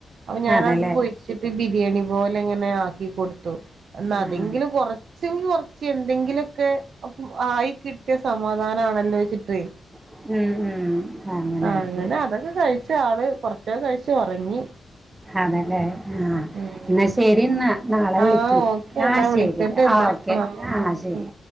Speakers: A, on the right (about 75°); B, on the right (about 25°).
A: അപ്പൊ ഞാനത്
B: അതല്ലേ
A: പൊരിച്ചിട്ട് ബിരിയാണി പോലെ ഇങ്ങനെ ആക്കി കൊടുത്തു എന്ന
B: ആ
A: അതെങ്കിലും കൊറച്ചെങ്കി കൊറച്ച് എന്തെങ്കിലും ഒക്കെ അപ്പം ആയി കിട്ടിയ സമാധാനമാണല്ലോ ചിട്ട്
B: ഉം ഉം അങ്ങനായിട്ട്
A: അങ്ങനെ അതൊക്കെ കഴിച്ച ആള് കൊറച്ചൊക്കെ കഴിച്ചു ഒറങ്ങി
B: അതല്ലേ ആഹ
A: ഉം
B: എന്നാ ശരി എന്നാ നാളെ വിളിക്കി
A: ആഹ് ഓക്കെ
B: ആഹ
A: എന്നാ
B: ശരിട്ട്
A: വിളിക്കണ്ട് എന്നാ
B: ആഹ് ഓക്കെ
A: ഓക്കെ
B: ആഹ ശരി